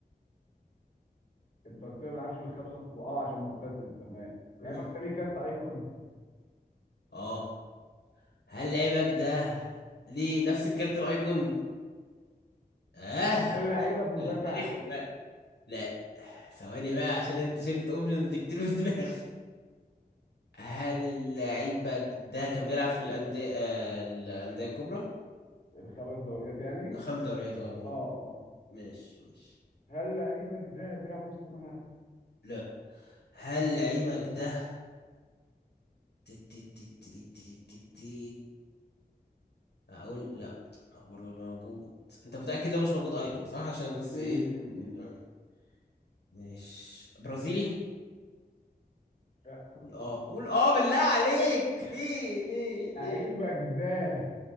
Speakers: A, on the left; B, on the left.
A: انت قلت لي ما بيلعبش من الخمسه الكبار اه عشان معتزل تمام لعيبك
B: مم.
A: ده ليه كارت ايكون؟
B: اه هل
A: آه.
B: لعيبك ده ليه نفس الكارت الأيقون؟ اه
A: هل لعيبك
B: ده
A: مدافع
B: ده انت رخم بقى لا ثواني بقى عشان انت شلت اوبشنز كتير في دماغي هل اللعيبة ده كان بيلعب في الأندية آه، الأندية الكبرى؟
A: الخمس دوريات يعني؟
B: خمس دوريات اه المهم
A: اه
B: ماشي ماشي
A: هل لعيبك ده بيلعب وسط ملعب؟
B: لا هل لعيبك ده تي- تي- تي- تي- تي- تي- تي- تي- أقول لا هو برضه موجود أنت متأكد لو مش موجود أيكون صح عشان بس
A: مم،
B: إيه
A: مم، مم.
B: آه، مش برازيلي؟
A: لا.
B: قول اه قول اه بالله عليك ليه ليه
A: لعيبك
B: ليه؟
A: ده